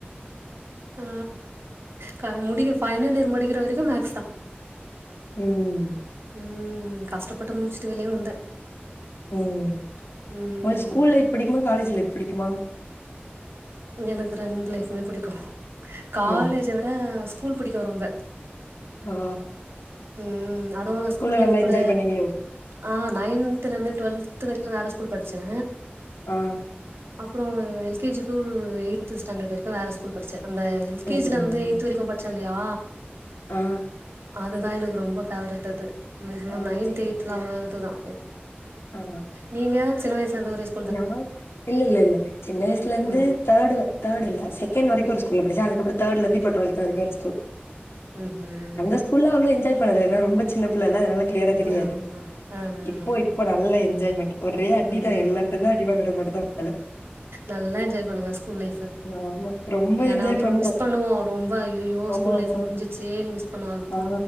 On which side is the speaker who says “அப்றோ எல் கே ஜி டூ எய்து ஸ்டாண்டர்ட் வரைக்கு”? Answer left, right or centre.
Right